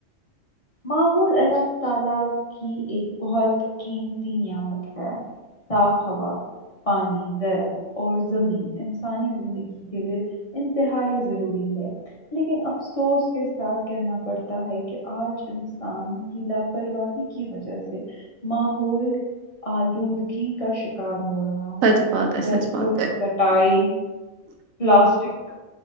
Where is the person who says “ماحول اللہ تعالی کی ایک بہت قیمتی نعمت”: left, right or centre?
Left